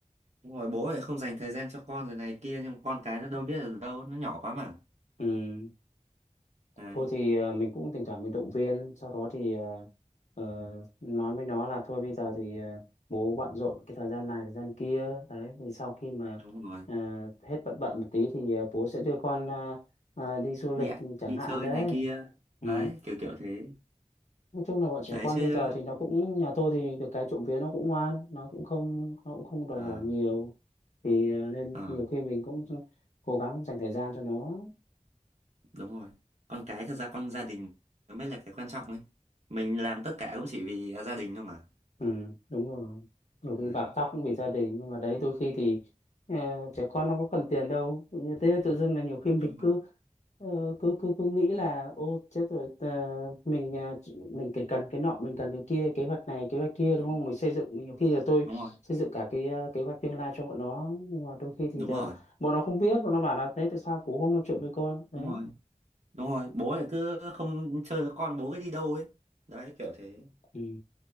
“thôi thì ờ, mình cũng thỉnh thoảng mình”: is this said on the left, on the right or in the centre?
Left